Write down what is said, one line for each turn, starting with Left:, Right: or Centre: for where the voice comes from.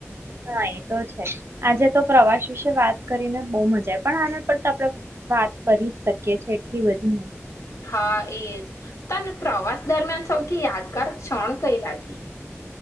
Right: હા એ તો છે, આજે તો પ્રવાસ વિશે વાત કરીને બહુ મજા પણ આને પર તો આપડણે વાત કરી જ શકીએએ એટલી બધીને.
Left: હા એજ તમને પ્રવાસ દરમિયાન સૌથી યાદગાર ક્ષણ કઈ લાગી?